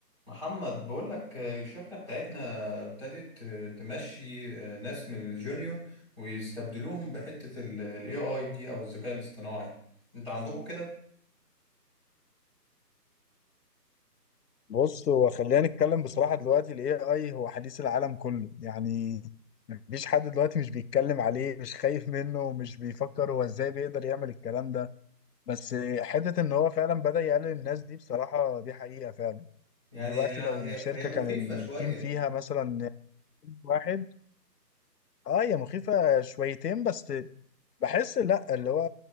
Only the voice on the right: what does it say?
محمد بقول لك الشركة بتاعتنا ابتدت تمشي آه، ناس من الجونيور ويستبدلوهم بحتة ال ال AI دي أو الذكاء الاصطناعي أنت عندكم كده؟
يعني
هي هي
هي مخيفة
شوية